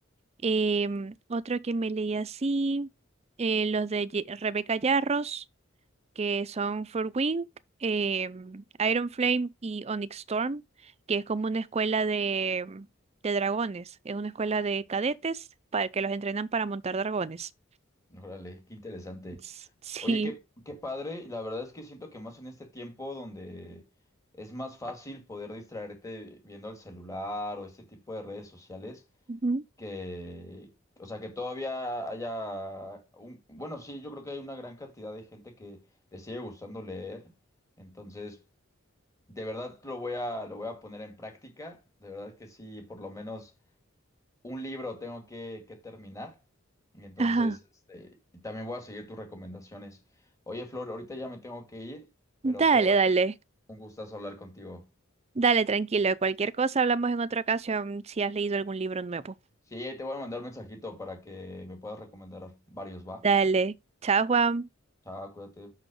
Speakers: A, on the right (about 30°); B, on the left (about 15°).
A: Em, otro que me leí así, eh, los de Ye- Rebeca Yarros que son Wing, eh, Iron Flame y Onyx Storm, que es como una escuela de, mm, de dragones. Es una escuela de cadetes para que los entrenan para montar dragones.
B: órale, qué interesante.
A: S- Sí.
B: Oye, qué, qué padre, y la verdad es que siento que más en este tiempo donde es más fácil poder distraerte viendo el celular o este tipo de redes sociales,
A: Ujú.
B: que, o sea, que todavía haya, un, bueno, sí, yo creo que hay una gran cantidad de gente que le sigue gustando leer, entonces... De verdad lo voy a, lo voy a poner en práctica. De verdad que sí, por lo menos un libro tengo que, que terminar. Y entonces,
A: Ajá.
B: este, y también voy a seguir tus recomendaciones. Oye, Flor, ahorita ya me tengo que ir, pero
A: Dale,
B: fue
A: dale.
B: un gustazo hablar contigo.
A: Dale, tranquilo. Cualquier cosa hablamos en otra ocasión si has leído algún libro nuevo.
B: Sí, te voy a mandar un mensajito para que me puedas recomendar varios, ¿va?
A: Dale. Chao, Juan.
B: Chao, cuídate.